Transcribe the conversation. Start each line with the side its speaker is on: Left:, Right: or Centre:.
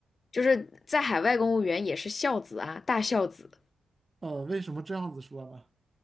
Left: 就是在海外公务员也是孝子啊，大孝子。
Right: 呃，为什么这样子说呢？